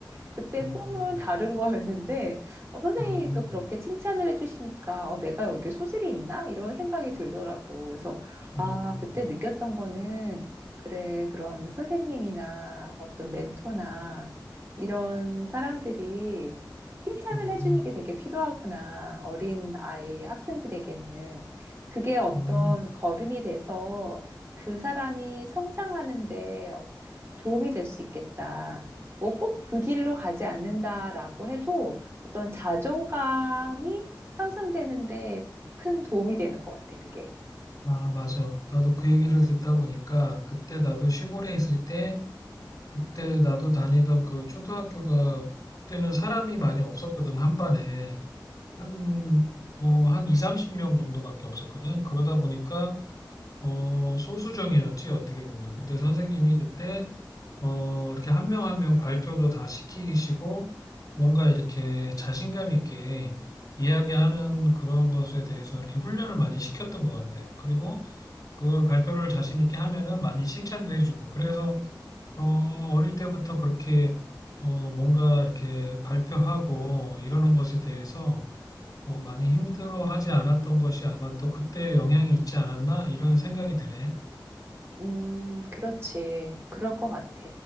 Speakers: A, on the right; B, on the left.
A: 그때
B: 음,
A: 꿈은 다른 거였는데 어, 선생님이
B: 음,
A: 또 그렇게 칭찬을 해주시니까 어, 내가 여기에 소질이 있나? 이런 생각이 들더라고. 그래서 아,
B: 음, 음,
A: 그때 느꼈던 거는 그래, 그런 선생님이나 어떤 멘토나 이런 사람들이 칭찬을
B: 음.
A: 해주는 게 되게 필요하구나. 어린 아이, 학생들에게는. 그게 어떤
B: 음.
A: 걸음이 돼서 그 사람이 성장하는데 어- 도움이 될 수 있겠다. 뭐 꼭 그 길로 가지 않는다라고 해도 어떤 자존감이 향상되는데 큰 도움이 되는 것 같아, 그게.
B: 아, 맞아. 나도 그 얘기를 듣다 보니까 그때 나도 시골에 있을 때 그때 나도 다니던 그 초등학교가 그때는 사람이 많이 없었거든. 한 반에 한 뭐 한 2, 30명 정도밖에 없었거든. 그러다 보니까 어, 소수정이었지, 어떻게 보면. 근데 선생님이 그때, 어, 이렇게 한 명 한 명 발표도 다 시키시고, 뭔가 이렇게 자신감 있게 이야기하는 그런 것에 대해서 이렇게 훈련을 많이 시켰던 것 같아. 그리고 그 발표를 자신 있게 하면은 많이 칭찬도 해주고. 그래서, 어, 어릴 때부터 그렇게, 어, 뭔가 이렇게 발표하고 이러는 것에 대해서 어, 많이 힘들어하지 않았던 것이 아마 또 그때 영향이 있지 않았나? 이런 생각이 드네.
A: 음, 그렇지. 그럴 것 같아.